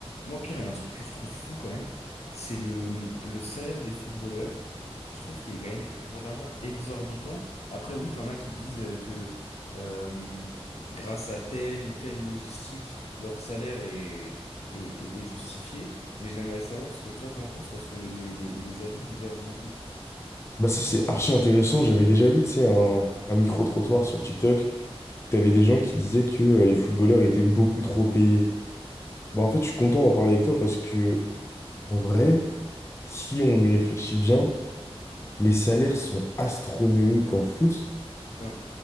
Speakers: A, on the left; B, on the left.
A: Moi, Pierre, il y a un truc que je trouve fou quand même, c'est le, le salaire des footballeurs. Je trouve qu'il est quand même vraiment exorbitant. Après, oui, t'en as qui disent euh, que euh, grâce à telle ou telle logistique, leur salaire est, est, est- est justifié. Mais j'aimerais savoir ce que toi t'en penses parce que les, les, les avis divergent beaucoup.
B: Bah ça c'est archi intéressant, j'avais déjà vu tu sais, un, un micro-trottoir sur TikTok, t'avais des gens qui disaient que euh, les footballeurs étaient beaucoup trop payés. Bah en fait je suis content d'en parler avec toi parce que en vrai, si on y réfléchit bien, les salaires sont astronomiques en foot,
A: Ouais.